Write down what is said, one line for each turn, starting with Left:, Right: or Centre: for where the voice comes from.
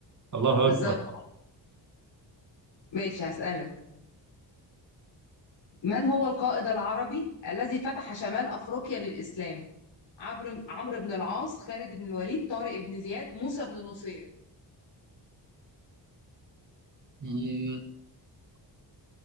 Right: الله
Left: بالظبط
Right: أكبر
Left: ماشي هسألك من هو القائد العربي الذي فتح شمال أفريقيا للإسلام؟ عمرو عمرو بن العاص، خالد بن الوليد، طارق بن زياد، موسى بن نصير.
Right: مم،